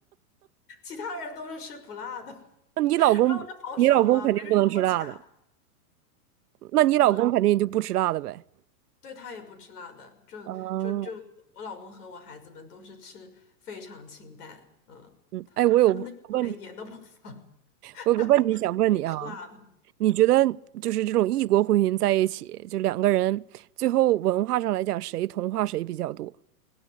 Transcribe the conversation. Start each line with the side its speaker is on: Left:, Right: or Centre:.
Left: 其他人都是吃不辣的，<laughs>
Right: 那你老公你老公肯定不能吃辣的，
Left: 然后我就好爽啊，没人跟我抢。
Right: 那你老公肯定就不吃辣的呗。
Left: 嗯，对他也不吃辣的，就就就我老公和我孩子们都是吃非常清淡，
Right: 哦，
Left: 嗯，
Right: 嗯，哎，我有个问题，
Left: 他们那口连盐都不放，<laughs>
Right: 我有个问题想问你啊，
Left: 然后我得吃辣的，
Right: 你觉得就是这种异国婚姻在一起，就两个人最后文化上来讲，谁同化谁比较多？